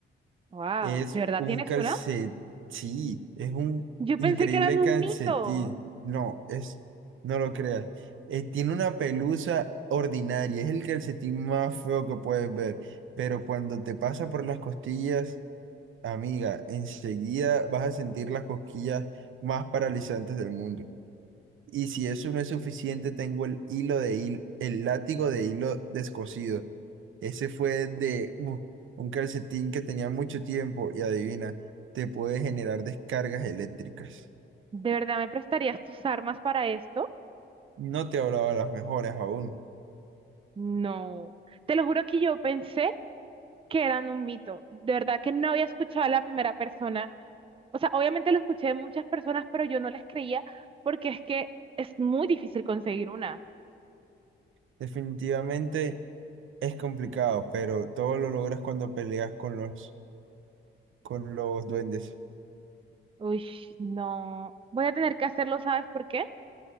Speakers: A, on the right; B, on the right.
A: Wow,
B: Es
A: ¿de verdad
B: un
A: tienes
B: calcetín.
A: una?
B: Sí, es un
A: Yo
B: increíble
A: pensé que eran un
B: calcetín.
A: mito.
B: No, es, no lo creas. Eh, tiene una pelusa ordinaria. Es el calcetín más feo que puedes ver. Pero cuando te pasa por las costillas, amiga, enseguida vas a sentir las cosquillas más paralizantes del mundo. Y si eso no es suficiente, tengo el hilo de hil el látigo de hilo descosido. Ese fue de uh, un calcetín que tenía mucho tiempo y adivina, te puede generar descargas eléctricas.
A: ¿De verdad me prestarías tus armas para esto?
B: No te hablaba las mejores aún.
A: No. Te lo juro que yo pensé que eran un mito. De verdad que no había escuchado a la primera persona O sea, obviamente lo escuché de muchas personas, pero yo no les creía porque es que es muy difícil conseguir una.
B: Definitivamente es complicado, pero todo lo logras cuando peleas con los, con los duendes.
A: Uy, no. Voy a tener que hacerlo, ¿sabes por qué?